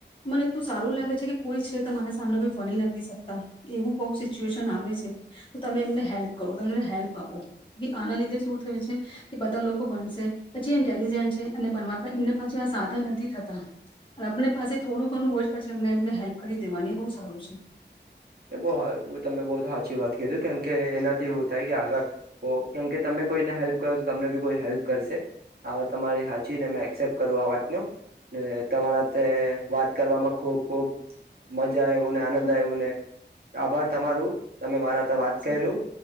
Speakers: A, on the left (about 25°); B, on the right (about 55°).
A: મને એ તો સારું લાગે છે કે કોઈ છે તમારા સામને કો વણી નથી શકતા એવું બહ સિચ્યુએશન આવે છે તો તમે એમને હેલ્પ કરો તમને હેલ્પ આપો આના લીધે શું થય છે કે બધા લોકો પછી ઇન્ટેલજન્ટ છે અને બ એમને પાસે આ સાધન નથી થતા આપને પાસે થોડું ઘણું હોય પછી અમને એમને હેલ્પ કરી દેવાની એ બહ સારું છે
B: બ તમે બહ સાચી વાત કીધું કેમકે એનાથી એવું થાય કે આગળ કેમ કે તમે કોઈને હેલ્પ કરો તો તમને બી કોઈ હેલ્પ કરશે આ તમારી સાચીને એક્સેપ્ટ કરું આ વાત <inaudible> તમારા વાત કરવામાં ખુબ ખુબ મજા આવું ને આનંદ આવ્યો ને આર. તમારું તમે મારા વાત
A: છે
B: કર્યું